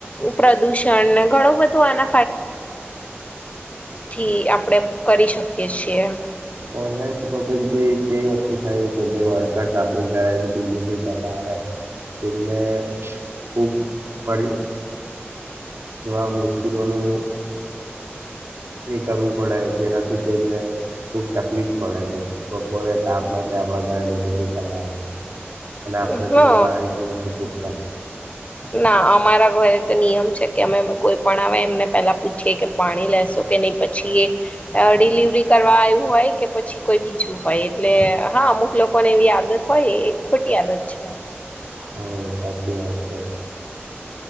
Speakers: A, on the left; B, on the right.
A: પ્રદુષણને ઘણું થી આપણે કરી શકીએ છીએ
B: ઓનલાઈન શોપિંગ થી તે વસ્તુ થાય કે જે વર્કર્સ આપડી ઘરે ડિલિવરી કરવા આવે એમને ખુબ ફરી એવા મુશ્કેલનું એ કરવું પડે જેનાથી તેમને ખુબ તકલીફ પડે છે બપોરે તાપમાં આપણા ઘરે ડિલિવરી કરવા આવે અને આપણે
A: હ
B: તમે પાણી પણ નથી પૂછતા
A: ના અમારા ઘરે તો નિયમ છે કે અમે કોઈ પણ આવે એમને પેલા પૂછીએ કે પાણી લેશો કે નહી પછી એ ડિલિવરી કરવા આવ્યું હોય કે પછી કોઈ બીજું હોય એટલે હા અમુક લોકોને એવી આદત હોય એક ખોટી આદત છે
B: હમ હમ